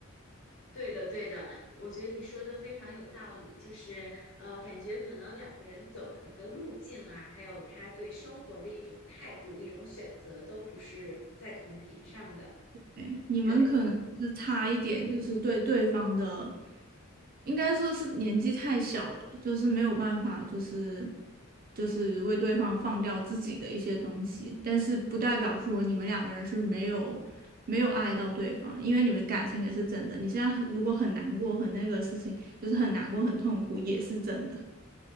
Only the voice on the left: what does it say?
对的，对的，我觉得你说的非常有道理，就是呃，感觉可能两个人走的那个路径啊，还有他对生活的一种态度、一种选择，都不是在同频上的。
对，